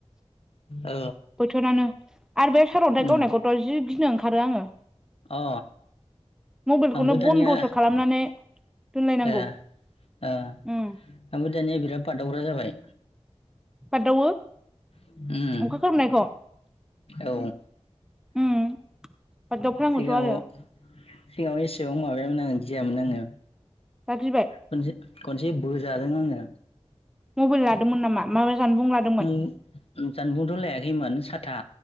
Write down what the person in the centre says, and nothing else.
<inaudible>
बोथोरानो आरो बे सारअन्थाइ
गावनायखौथ' जि गिनो ओंखारो आङो
मबाइलखौनो
बन्दसो खालामनानै दोनलायनांगौ
उम
बारदावो
अखा खोरोमनायखौ?
उम बारदावफ्लाङोथ'
आरो
दा गिबाय
मबाइल लादोंमोन नामा? माबा जानबुं लादोंमोन